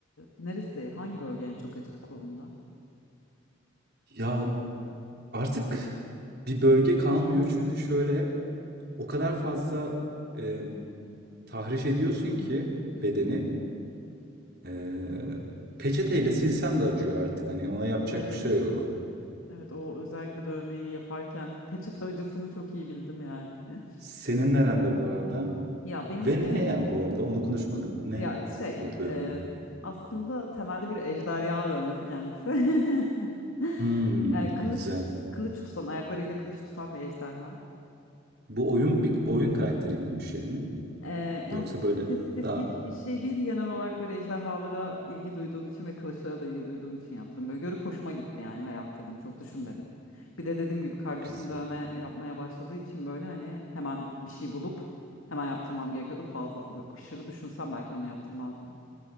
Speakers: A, on the left; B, on the right.
A: neresi, hangi bölge en çok acıdı kolunda?
B: Ya artık bir bölge kalmıyor çünkü şöyle o kadar fazla e, tahriş ediyorsun ki
A: Hı
B: bedeni
A: hı.
B: e, peçeteyle silsen de acıyor artık. Hani ona yapacak
A: Evet
B: bir şey yok.
A: ya. Evet o özellikle dövmeyi yaparken peçete acısını çok iyi bildim yani. <laughs>
B: Senin nerende bu arada?
A: Ya benim
B: Ve
A: e,
B: ne ya bu arada? Onu konuşmadık. Ne
A: ya şey
B: o dövme?
A: e, aslında temelde bir ejderha dövmesi kendisi. <laughs>
B: Hmm,
A: E, kılıç
B: güzel.
A: tut- kılıç tutan ayaklarıyla kılıç tutan bir ejderha.
B: Bu oyun bir oyun karakteri gibi bir şey mi?
A: Ee, yani
B: Yoksa böyle
A: spesifik
B: daha
A: bir şey değil genel olarak böyle ejderhalara ilgi duyduğum için ve kılıçlara da ilgi duyduğum için yaptım. Böyle görüp hoşuma gitti yani ve yaptırdım çok düşünmedim. Bir de dediğim gibi kardeşim
B: güzel.
A: dövme yapmaya başladığı için böyle hani hemen bir şey bulup hemen yaptırmam gerekiyordu. Fazla böyle aşırı düşünsem belki onu yaptırmazdım.